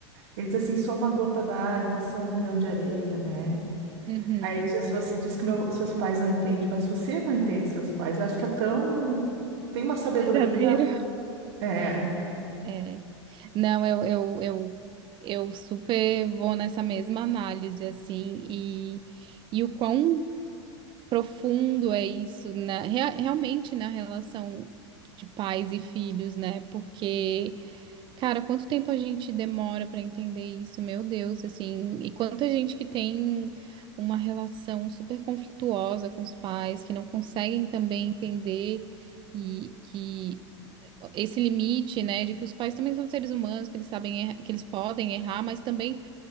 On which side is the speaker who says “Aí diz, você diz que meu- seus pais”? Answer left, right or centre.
Right